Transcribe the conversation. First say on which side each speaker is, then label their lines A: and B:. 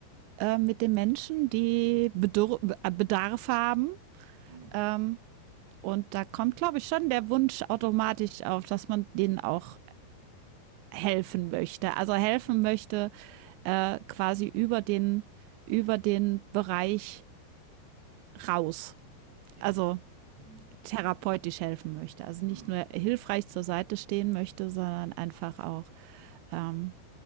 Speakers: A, on the right; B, on the right.
A: äh, mit den Menschen, die Bedur äh, Bedarf haben.
B: Hm.
A: Ähm, und da kommt, glaube ich, schon der Wunsch automatisch auf, dass man denen auch helfen möchte. Also helfen möchte, äh, quasi über den, über den Bereich raus.
B: Ja.
A: Also
B: Hm.
A: therapeutisch helfen möchte. Also
B: Hm.
A: nicht nur hilfreich zur Seite stehen möchte, sondern einfach auch, ähm,